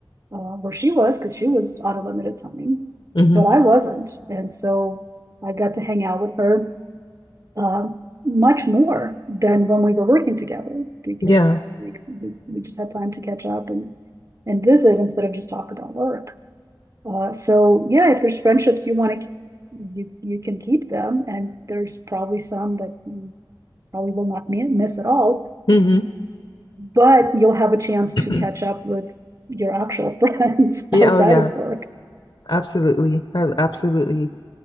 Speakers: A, on the right; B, on the left.
A: uh, where she was, because she was on a limited time,
B: hmm
A: but I wasn't. And so I got to hang out with her uh, much more than when we were working together because
B: Yeah.
A: we, we, we just had time to catch up and, and visit instead of just talk about work. Uh, so yeah, if there's friendships you want to, you you can keep them, and there's probably some that you probably will not miss at all.
B: hmm
A: But you'll have a chance
B: <clears throat>
A: to catch up with your actual friends
B: Yeah,
A: <laughs> outside
B: oh yeah,
A: of work.
B: absolutely. Uh, Absolutely.